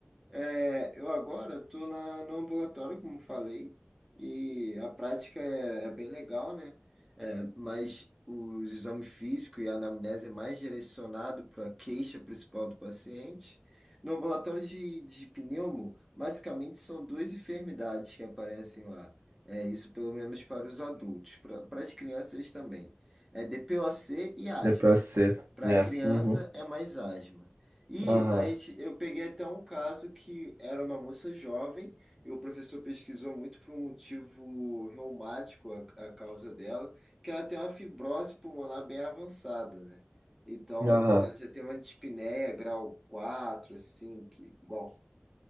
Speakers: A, in the centre; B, on the right (about 85°).
A: É, eu agora estou na, no ambulatório, como falei, e a prática é, é bem legal, né? É, mas os exames físicos e a anamnese é mais direcionado para a queixa principal do paciente. No ambulatório de, de pneumo, basicamente são duas enfermidades que aparecem lá. É isso pelo menos para os adultos, para as crianças também. É DPOC e asma.
B: DPOC,
A: Para
B: é,
A: criança
B: uhum,
A: é mais asma. E
B: aham,
A: a gente, eu peguei até um caso que era uma moça jovem e o professor pesquisou muito por um motivo reumático a, a causa dela, que ela tem uma fibrose pulmonar bem avançada, né? Então,
B: aham,
A: ela já tem uma dispneia grau 4 assim, que igual